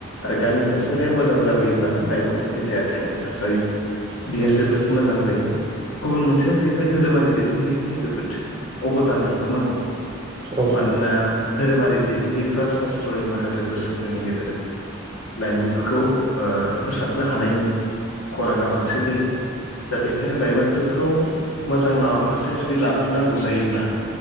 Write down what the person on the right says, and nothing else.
औ
औ
नोंथां ओ